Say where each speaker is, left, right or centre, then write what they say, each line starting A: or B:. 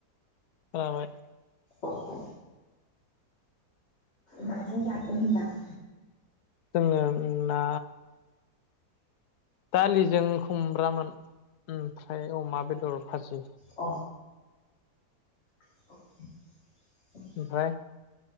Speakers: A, on the left; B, on the left.
A: खोनाबाय।
B: अ-अ माजों जादों होनदों आं।
A: जोङो ना दालिजों खुमब्रामोन। ओमफ्राय अमा बेदर भाजि।
B: अ <unintelligible>
A: ओमफ्राय